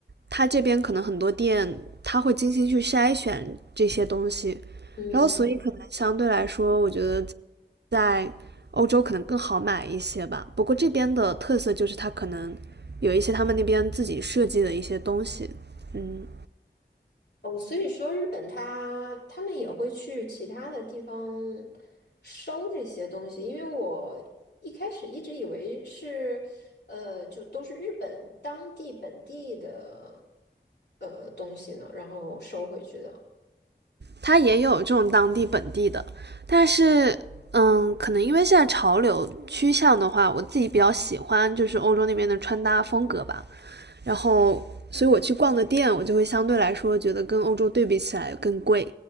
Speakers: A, on the right; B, on the left.
A: 它这边可能很多店，它会精心去筛选这些东西，
B: 嗯。
A: 然后所以可能相对来说，我觉得在欧洲可能更好买一些吧。不过这边的特色就是它可能有一些他们那边自己设计的一些东西，嗯，
B: 哦，所以说日本他他们也会去其他的地方收这些东西，因为我一开始一直以为是，呃，就都是日本当地本地的呃东西呢，然后收回去的。
A: 它也有这种当地本地的，但是嗯，可能因为现在潮流趋向的话，我自己比较喜欢就是欧洲那边的穿搭风格吧，然后所以我去逛的店，我就会相对来说觉得跟欧洲对比起来更贵，